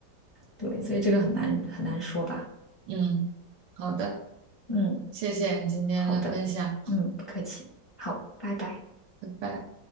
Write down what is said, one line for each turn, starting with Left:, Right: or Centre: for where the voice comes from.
Left: 对，所以这个很难很难说吧。
Right: 嗯，好的，
Left: 嗯，
Right: 谢谢你今天的分享，
Left: 好的，嗯，不客气，好，拜拜。
Right: 拜拜。